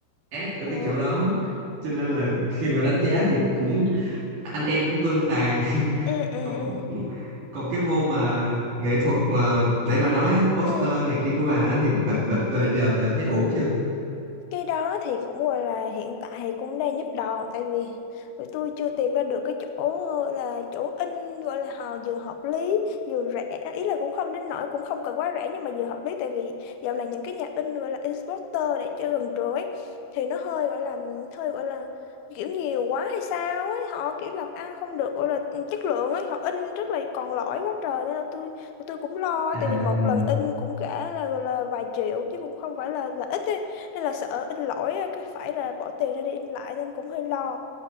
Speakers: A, on the right (about 60°); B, on the left (about 80°).
A: Ác ở
B: ờ
A: cái chỗ đó. Cho nên là khi mà đánh giá thì cũng anh em cũng tương tàn
B: ừ ừ
A: còn
B: ừ
A: còn cái môn mà nghệ thuật mà nãy bà nói á, poster
B: ừ
A: này kia của bà á, thì bà, bà, bà giờ bà thấy ổn chưa
B: Cái đó thì cũng gọi là hiện tại thì cũng đang giúp đòn tại vì tụi tôi chưa tìm ra được cái chỗ là chỗ in gọi là họ vừa hợp lý vừa rẻ ý là cũng không đến nỗi cũng không cần quá rẻ nhưng mà vừa hợp lý tại vì dạo này những cái nhà in gọi là Exporter để chơi gần trường ấy thì nó hơi gọi là hơi gọi là kiểu nhiều quá hay sao ấy họ kiểu làm ăn không được gọi là chất lượng ấy họ in rất là còn lỗi quá trời nên là tôi tôi cũng lo
A: à
B: tại vì một lần in cũng cả là, là vài triệu chứ cũng không phải là là ít ấy. Hay là sợ in lỗi á, cái phải là bỏ tiền ra để in lại nên cũng hơi lo